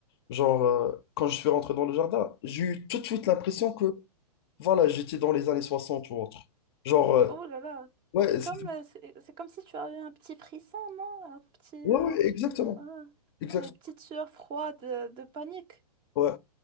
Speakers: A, on the left; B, on the right.
A: Genre, euh, quand je suis rentré dans le jardin, j'ai eu tout de suite l'impression que, voilà, j'étais dans les années soixante ou autre. Genre, euh,
B: Oh là là,
A: ouais,
B: c'est comme,
A: c'est-
B: euh, c'est c'est comme si tu avais un petit frisson, non? Un petit,
A: ouais,
B: euh,
A: ouais, exactement.
B: euh,
A: Exactement.
B: ouais, une petite sueur froide euh, de panique.
A: Ouais.